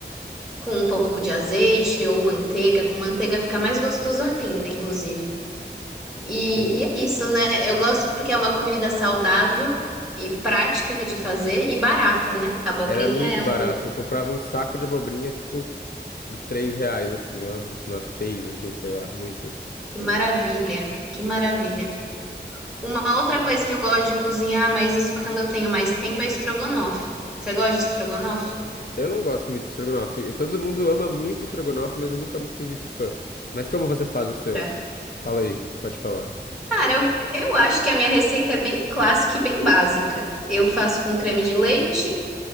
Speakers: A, in the centre; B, on the left (about 55°).
A: com um pouco de azeite ou manteiga. Com manteiga fica mais gostoso ainda, inclusive. E,
B: Sim,
A: e é isso, né? Eu gosto porque é uma comida saudável e prática de fazer e barata, né? Abobrinha
B: era muito
A: é uma.
B: barato. Eu comprava um saco de abobrinha, tipo, por três reais, assim, umas, umas seis, assim, sei lá, muitas.
A: Que maravilha, que maravilha. Uma outra coisa que eu gosto de cozinhar, mas isso quando eu tenho mais tempo, é estrogonofe. Você gosta de estrogonofe?
B: Eu não gosto muito de estrogonofe. E Todo mundo ama muito estrogonofe, mas eu nunca fui muito fã. Mas como você faz o seu?
A: É.
B: Fala aí, pode falar.
A: Cara, eu, eu acho que a minha receita é bem clássica e bem básica. Eu faço com creme de leite,